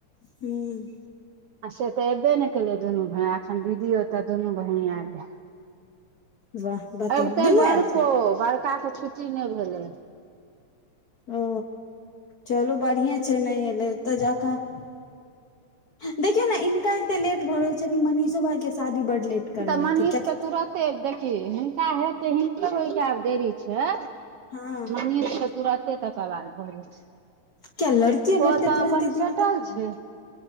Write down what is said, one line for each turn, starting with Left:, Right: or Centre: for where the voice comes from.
Left: हूँ
Right: आ से तऽ ऐबे ने केले दुनू भै अखन दीदी ओतऽ दुनू बहिन आयले
Left: वाह बताउ
Right: अबिते
Left: दुनू
Right: बड़को
Left: आयल छै
Right: बड़का के छुट्टी नै भेलै
Left: ओ चलू बरहीए छै नै एलै ओतऽ जाकऽ देखियौ ने इनका एते लेट भऽ रहल छथिन मनीषो भाई के शादी बड लेट करबेथिन
Right: तऽ मनीषके
Left: कियाकि
Right: तुरते देखही हिनका हेतै हिनके होइके आब देरी छै
Left: हँ
Right: मनिष के तुरते तकरबार भऽ जेतै
Left: किया लड़कीये
Right: ओ
Left: भेटतै
Right: तऽ
Left: तुरन्ते
Right: अपन
Left: दीदी
Right: सेटल
Left: तऽ
Right: छै